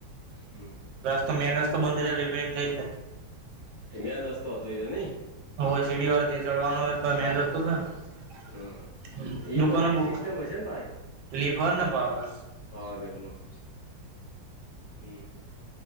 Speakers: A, on the left; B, on the right.
A: હમ
B: રસ્તો મેન રસ્તો બંધ થાય રિપેરિંગ થ જાય.
A: એમિયા જ રસ્તો હતો એ નઈ.
B: હો સીડી વાર જે ચડવાનોય તો મંદ <unintelligible>
A: હા એ તો લીપ સિસ્ટમ હશે ને ભાઈ
B: લલીફ હોને બબસ
A: પાવાગઢમાં હમ હ.